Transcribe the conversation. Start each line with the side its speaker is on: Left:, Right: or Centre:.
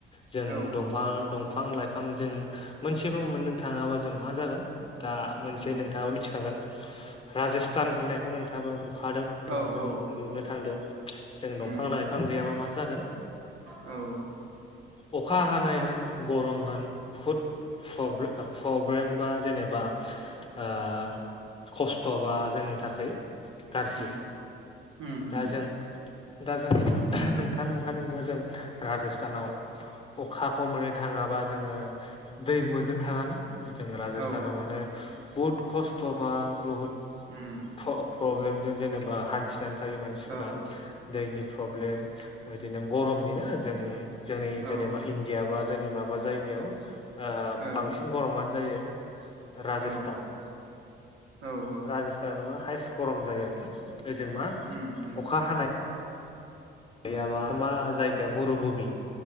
Left: जों
Right: औ
Left: दंफां
Right: औ
Left: दंफां लाइफां जों मोनसेबो मोननो थाङाबा जों मा जागोन दा मोनसे
Right: उम
Left: नोंथाङाबो मिथिखागोन राजस्थान होननायखौ नोंथाङाबो खादों
Right: औ
Left: बा जों
Right: औ
Left: नुनो थांदों जों दंफां
Right: उम
Left: लाइफां गैयाबा मा जागोन
Right: औ
Left: अखा हानाय होन गरम होन बुहुत फब्रे ओ फब्रेम बा जेनेबा ओ खस्थ' बा जोंनि थाखाय गारजि
Right: उम उम
Left: दा
Right: उम
Left: जों दा जों नोंथाङानो नुखादोंबा जों राजस्थानाव अखाखौ मोननो थाङाबा जोङो दै मोननो थाङाना जोङो राजस्थानाव
Right: औ औ
Left: माने बुहुत खस्थ' बा बहुद
Right: उम
Left: ओ फब्लेमजों जेनेबा हान्थिनानै थायो मानसिफोरा
Right: औ
Left: दैनि फब्लेम ओ इदिनो गरमनि नो जों जोंनि
Right: औ ओ
Left: जेनेबा इण्डियाबा जोंनि माबा जायगायाव ओ
Right: औ
Left: बांसिन गरमानो जायो राजोस्थान
Right: औ औ
Left: राजस्थानावनो हाइस गरम जायो आरोना ओजों मा
Right: उम उम
Left: अखा हानाय गैयाबा मा जायगाया मुरुभुमि